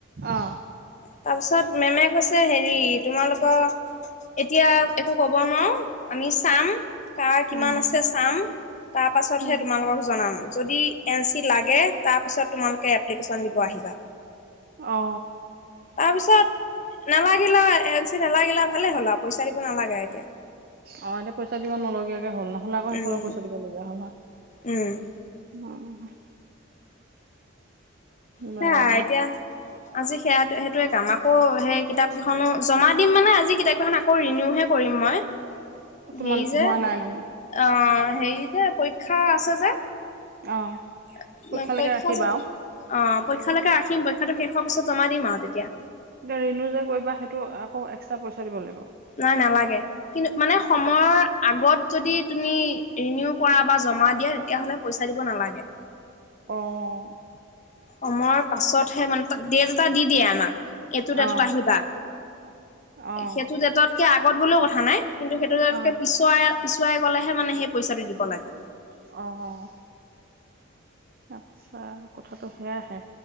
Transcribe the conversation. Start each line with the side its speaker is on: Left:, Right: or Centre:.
Right: অ
Left: তাৰপিছত মেমে কৈছে হেৰি তোমালোকৰ এতিয়া একো ক'ব নোৱাৰোঁ আমি চাম কাৰ
Right: উম,
Left: কিমান আছে চাম তাৰ পাছতহে
Right: উম,
Left: তোমালোকক জনাম যদি এন চি লাগে তাৰপিছত তোমালোকে এপ্লিকেশ্যন দিব আহিবা।
Right: অ
Left: তাৰপিছত নালাগিলে এন চি নালাগিল ভালে হ'ল আৰু পইচা দিব নালাগে এতিয়া।
Right: অ' এতিয়া পইচা দিব নলগিয়া নলগিয়া হ'ল নহলে আকৌ সেইফালেও
Left: উম
Right: পইচা দিব লগা হ'ল হয়।
Left: উম
Right: উম বাৰু
Left: সেইয়া এতিয়া আজি সেয়া সেইটো কাম আকৌ সেই কিতাপ কেইখনো জমা দিম মানে আজি কিতাপ কেইখন আকৌ ৰিনিউহে কৰিম মই
Right: তোমাৰ
Left: সেই যে
Right: হোৱা নাই মানে
Left: অ' হেৰি যে, পৰীক্ষা আছে যে
Right: অ'।
Left: <unintelligible>
Right: পৰীক্ষালৈকে
Left: অ'। পৰীক্ষালকে
Right: ৰাখিবা আৰু।
Left: ৰাখিম পৰীক্ষাটো শেষ পিছত জমা দিম আৰু তেতিয়া
Right: এতিয়া ৰিণু যে, কৰিবা সেইটো আকৌ এক্সট্ৰা পইচা দিব লাগিব।
Left: নাই নালাগে কিন্তু মানে সময়ৰ আগত যদি তুমি ৰিনিউ কৰা বা জমা দিয়া তেতিয়াহ'লে পইচা দিব নালাগে।
Right: অ'।
Left: সময়ৰ পাছতহে মানে দেত এটা দি দিয়ে আমাক এটোত
Right: অ',
Left: এটোত আহিবা
Right: অ',
Left: সেইটো ডেটত কে আগত গ'লেও কথা নাই। কিন্তু সেইটো দেটতকে
Right: অ',
Left: পিছুৱাই পিছুৱাই গ'লেহে মানে সেই পইচাটো দিব লাগে।
Right: অ'। আতছা কথাটো সেয়াহে